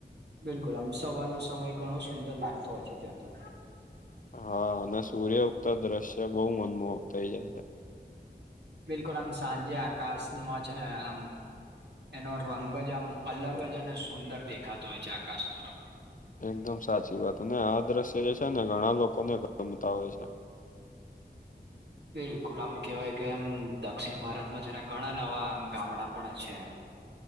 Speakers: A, on the right; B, on the left.
A: બિલકુલ આમ સવારનો સમય ઘણો સુંદર લાગતો હોય છે ત્યાં તો
B: હા અને સૂર્ય ઉક્ત દ્રશ્ય બહુ મનમોહક થઇ જાય છે.
A: બિલકુલ આમ સાંજે આકાશમાં છે ને આમ એનો રંગ જ આમ અલગ જ અને સુંદર દેખાતો હોય છે આકાશનો રંગ
B: એકદમ સાચી વાત ને આ દ્રશ્ય જે છે ને ઘણા લોકોને ગમતા હોય છે
A: બિલકુલ આમ કેહેવાય કે એમ દક્ષિણ ભારતમાં છે ઘણા નવા આમ ગામડા પણ છે.